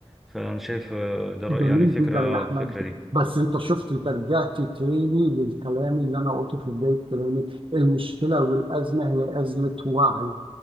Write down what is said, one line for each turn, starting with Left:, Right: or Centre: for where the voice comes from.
Centre: فانا شايف آه، ده رأيي
Right: جميل
Centre: يعني فكرة
Right: جدا
Centre: اه
Right: يا أحمد
Centre: الفكرة دي
Right: بس أنت شفت أنت رجعت تاني للكلام اللي أنا قلته في بداية كلامي المشكلة والأزمة هي أزمة وعي